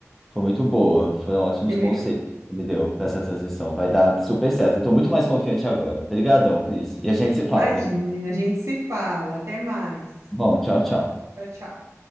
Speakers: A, in the centre; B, on the right (about 65°).
A: Foi muito boa, foram ótimos
B: Que legal.
A: conselhos que me deu para essa transição. Vai dar super certo. Eu tô muito mais confiante agora. Obrigadão, Cris. E a gente se fala
B: Imagina,
A: depois. tá
B: a gente se fala, até mais.
A: Bom, tchau, tchau.
B: Tchau, tchau.